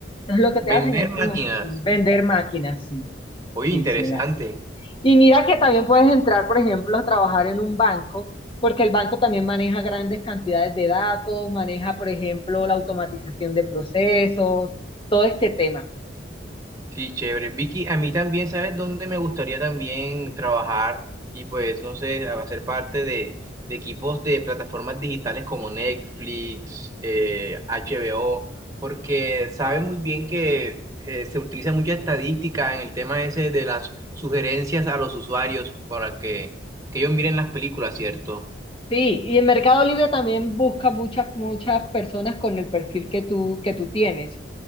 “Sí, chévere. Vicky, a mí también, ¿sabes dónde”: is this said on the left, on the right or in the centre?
Right